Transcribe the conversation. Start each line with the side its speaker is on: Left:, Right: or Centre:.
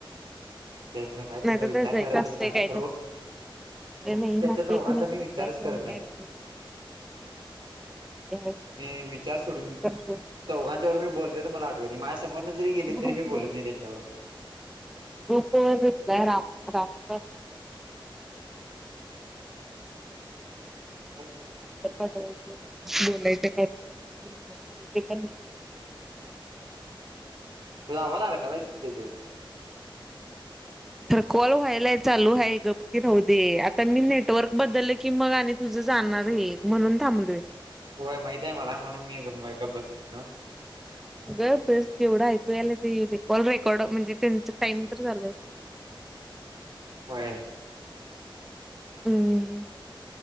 Right: ते म काही त्यांचा
Centre: नाही तर
Right: विचार करतच
Centre: एक असतंय
Right: नाही
Centre: काय
Right: खरोखर
Centre: तर
Right: सांगतो.
Centre: अरे नाही
Right: त्यांच्या
Centre: मेसेज
Right: चौघांचा
Centre: नाही
Right: मी
Centre: तर रिप्लाय
Right: विचारच
Centre: केला
Right: करत नाही.
Centre: काय असतंय आहे फोन
Right: मी विचार सोडून,
Centre: करते
Right: चौघांच्या वर मी बोललेल मला आठवत नाही माझ्या समोरन जरी गेली,
Centre: ग्रुप
Right: तरी मी बोलत
Centre: वर
Right: नाही त्यांच्याबरोबर.
Centre: ह्यो रीपलाय राम रामचा
Right: काय सांगायचं
Centre: <unintelligible> बोलायचं काय तर असत ते प नाही.
Right: आवाज अडकायलाय ते बी.
Centre: कॉल व्हायलाय चालू हाय, गप कि राहु दे आता मी नेटवर्क बदलं की मग आणि तू तुझं जाणार हे म्हणून थांबलोय.
Right: होय माहित आहे मला म्हणून मी गप बसलोय नव.
Centre: गप बस जेवढं ऐकूयालाय तेवढं ऐऊ दे, कॉल रेकॉर्ड म्हणजे त्यांच टाइम तर चालू
Right: होय.
Centre: हम्म.